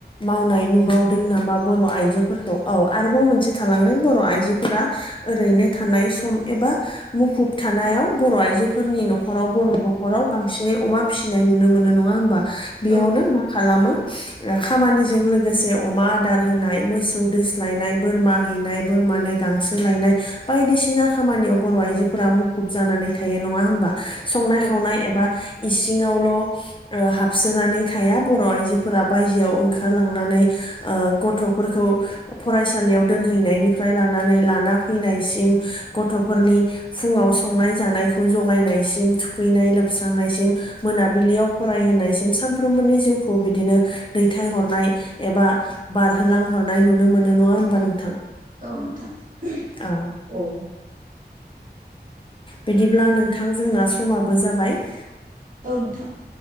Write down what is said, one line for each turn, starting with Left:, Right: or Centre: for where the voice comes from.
Left: मावनाय नुबावदों नामा बर' आइजोफोरखौ? औ आरोबाव मोनसे थालांदों बर' आइजोफोरा ओरैनो थानाय सम एबा मुखुब थानायाव बर' आइजोफोरनि न'खराव बर' न'खराव बांसिनै अमा फिसिनाय नुनो मोनो नङा होमबा? बेयावनो
Right: औ
Left: मा खालामो ओ खामानिजों लोगोसे अमा आदार होनाय मोसौ दोस्लायनाय बोरमा हैनाय बोरमानो गांसो लायनाय बायदिसिना खामानियाव बर' आइजोफोरा मुखुब जानानै थायो नङा होनबा संनाय
Right: औ
Left: खावनाय एबा इस सिङावल' हाबसोनानै थाया बर' आइजोफोरा बायजोआव ओंखारलांनानै ओ गथ'फोरखौ फरायसालियाव दोनहैनायनिफ्राय लानानै लाना फैनायसिम गथ'फोरनि फुङाव संनाय जानाय खौ जगायनायसिम थुखैनाय लोबस्रांनायसिम मोनाबिलियाव फरायहोनायसिम सामफ्रोमबोनि जिउ खौ बिदिनो दैथाय हरनाय एबा बारहोलां हरनाय नुनो मोनो नङा होमबा नोंथां?
Right: औ नोंथां <unintelligible>
Left: औ
Right: औ
Left: बिदिब्ला नोंथां जोंना समाबो जाबाय ।
Right: औ नोंथां